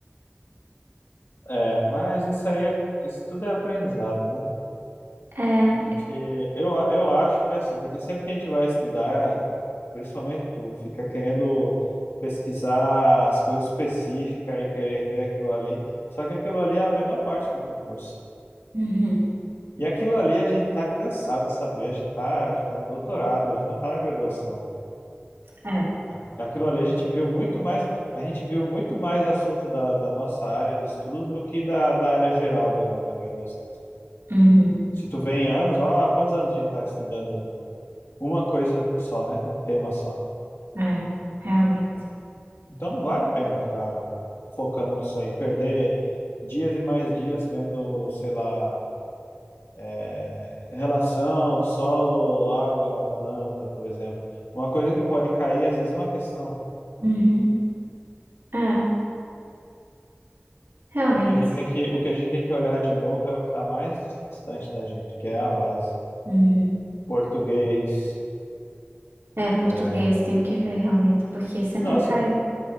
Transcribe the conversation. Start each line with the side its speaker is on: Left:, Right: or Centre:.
Left: É, mas isso aí é, isso tudo é aprendizado, né?
Right: É.
Left: A gente, eu, a- eu acho que é assim, porque sempre que a gente vai estudar Principalmente tu fica querendo pesquisar as coisas específicas e querer ver aquilo ali. Só que aquilo ali é a menor parte do concurso.
Right: Uhum.
Left: E aquilo ali a gente tá cansado de saber, a gente tá, a gente tá no doutorado, a gente não tá na graduação.
Right: É.
Left: A- Aquilo ali a gente viu muito mais, a gente viu muito mais assunto da, da nossa área de estudo do que da, da área geral do- da graduação.
Right: Uhum.
Left: Se tu vê em anos, ó, há quantos anos a gente tá estudando uma coisa só, né? Um tema só.
Right: É. Realmente.
Left: Então não vale a pena ficar focando nisso aí, perder dias e mais dias vendo, sei lá, é, relação, solo, água, planta, por exemplo. Uma coisa que pode cair, às vezes, é uma questão.
Right: Uhum. É. Realmente.
Left: O que a gente tem que, o que a gente tem que olhar de novo é o que está mais distante da gente, que é a base.
Right: Uhum.
Left: Português.
Right: É, português,
Left: é,
Right: tem que ver realmente, porque sempre
Left: Nossa,
Right: cai